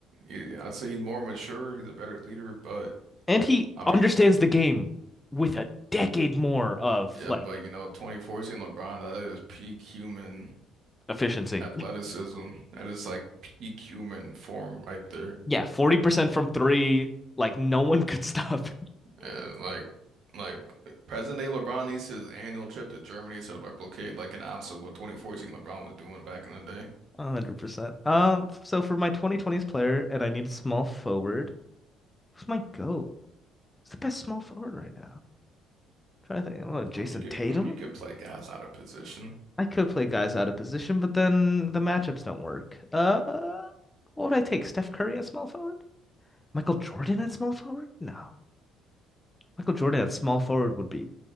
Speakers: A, on the right; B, on the left.
A: He, I'd say he's more mature. He's a better leader, but
B: And he
A: I mean,
B: understands the game with a decade more of
A: yeah,
B: like
A: but you know, 2014 LeBron, that is peak human
B: efficiency.
A: athleticism. That is like peak human form right there.
B: Yeah, 40% from three, like no one <laughs> could stop.
A: Yeah, like like present day LeBron needs his annual trip to Germany to replicate like an ounce of what 2014 LeBron was doing back in the day.
B: 100%. Um, so for my 2020's player and I need a small forward, who's my GOAT? Who's the best small forward right now? Trying to think, oh, Jason
A: I mean, you could
B: Tatum?
A: I mean you could play guys out of position.
B: I could play guys out of position, but then the matchups don't work. Uh, what would I take? Steph Curry at small forward? Michael Jordan at small forward? No. Michael Jordan at small forward would be